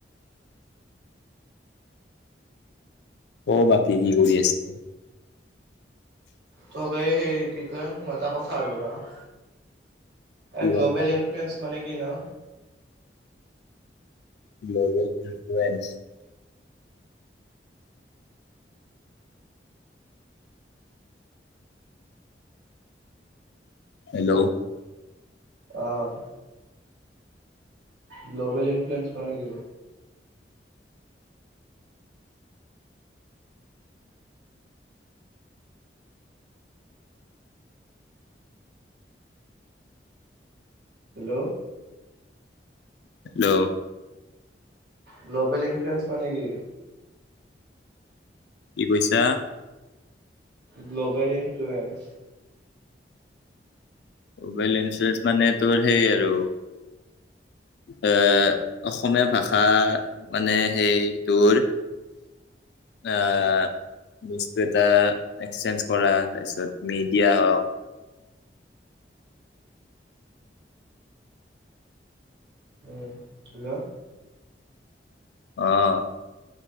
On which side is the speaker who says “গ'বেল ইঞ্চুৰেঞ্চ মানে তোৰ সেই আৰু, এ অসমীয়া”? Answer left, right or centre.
Left